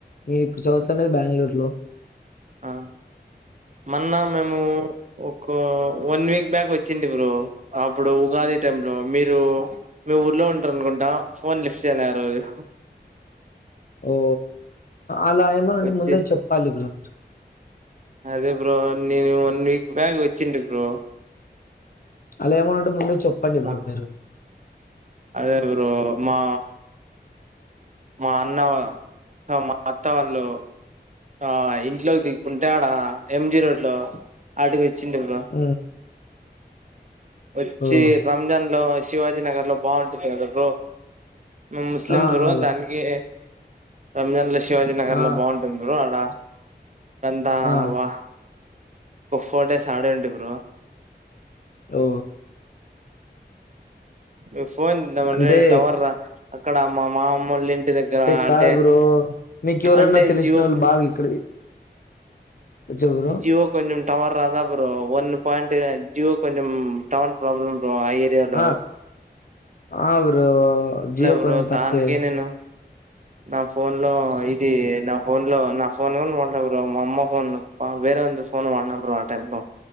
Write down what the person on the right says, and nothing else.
ఆ మన్న మేము ఒక వన్ వీక్ బ్యాక్ ఒచ్చింది బ్రో అప్పుడు ఉగా ది టైం లో మీరు మీ ఊర్లో ఉంటారు అనుకుంటా ఫోన్ లిఫ్ట్ చేయ్లే ఆ రోజు
వచ్చి
అదే బ్రో నేను వన్ వీక్ బ్యాక్ ఒచ్చింది బ్రో
మా
అదే రురో మా మా అన్న సో మా అత్త వాళ్ళు ఆ ఇంట్లోకి దిక్కుంటే ఆడా ఎంజి రోడ్ లో అడిగి చింత వివ
ఒచ్చి
రంజాన్ లో శివాజీ నగర్ లో బావుంటుంది కదా బ్రో మేమ్ ముస్లిమ్స్
బ్రో
దానికి రంజాన్లో శివాజీ నగర్లో
బావుంటుంది బ్రో అడ వందా
వా ఓ ఫోడేస్ ఆడండి బ్రో
మీ ఫోన్ ఇంత మంది
తవర్దా అక్కడ మా మా మ్మోల్ ఇంటి దగ్గర
అంటే
అంటే
జీవో
జివో కొంచెం టవర్ రాదా బ్రో ఒన్ పాయింట్ జివో కొంచెం టవర్ ప్రాబ్లమ్ ఆ ఏరియా లో
బ్రో
దానికే నేను నా ఫోన్ లో ఇది నా ఫోన్ లో నా ఫోన్ నువ్ ఉన్నావ్ బ్రో మా అమ్మ ఫోన్ వేరే ఉంది ఫోన్ వాడినం బ్రో ఆ టైం లో